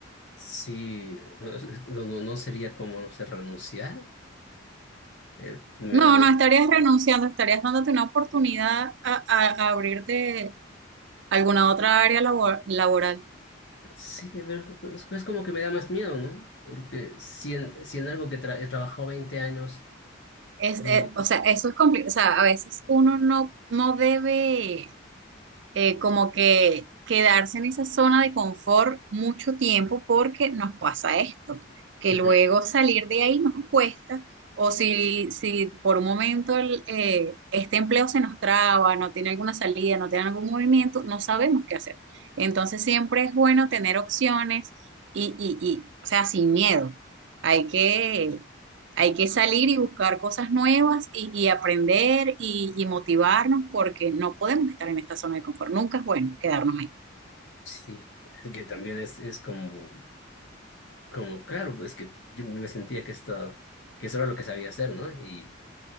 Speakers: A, on the left (about 60°); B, on the right (about 60°).
A: sí, no, es- es- no, no no sería como, no sé, renunciar. eh, me
B: No,
A: da, le-
B: no estarías renunciando, estarías dándote una oportunidad a, a- a abrirte alguna otra área labor- laboral.
A: sí, pero es, es como que me da más miedo, ¿no? Porque si en, si en algo que tra- he trabajado 20 años,
B: Es,
A: eh,
B: eh, o sea, eso es complicado. O sea, a veces uno no, no debe. eh, como que quedarse en esa zona de confort mucho tiempo porque nos pasa esto, que
A: ujú,
B: luego salir de ahí nos cuesta o si, si por un momento el, eh, este empleo se nos traba, no tiene alguna salida, no tiene algún movimiento, no sabemos qué hacer. Entonces siempre es bueno tener opciones y, y, y o sea, sin miedo. Hay que hay que salir y buscar cosas nuevas y, y aprender y, y motivarnos porque no podemos estar en esta zona de confort. Nunca es bueno quedarnos ahí.
A: sí, es que también es, es como, como, claro, es que yo me sentía que esto, que eso era lo que sabía hacer, ¿no? Y,